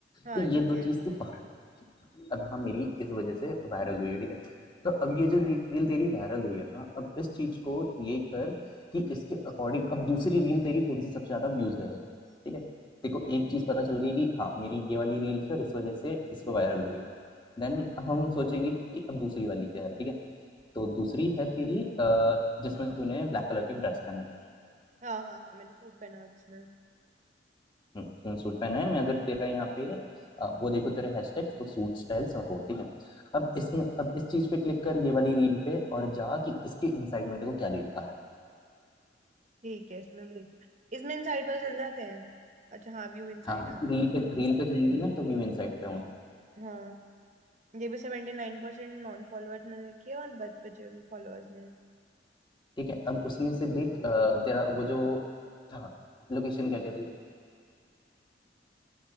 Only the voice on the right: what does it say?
हाँ
ठीक
है
हाँ हाँ हाँ मैंने सूट पहना हुआ जिसमें
ठीक है इसमें भी देखते हैं इसमें इनसाइड पता चल जाते हैं अच्छा हाँ व्यू इनसाइट
आ गए
हाँ ये भी सेवेंटी नाइन परसेंट नॉन फॉलोअर्स ने देखी है और बच बचे हुए फॉलोअर्स ने